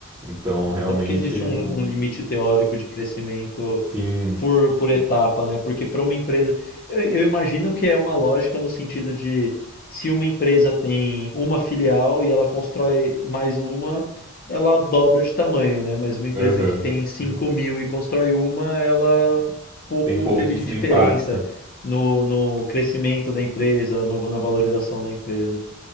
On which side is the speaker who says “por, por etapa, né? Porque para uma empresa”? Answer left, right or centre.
Left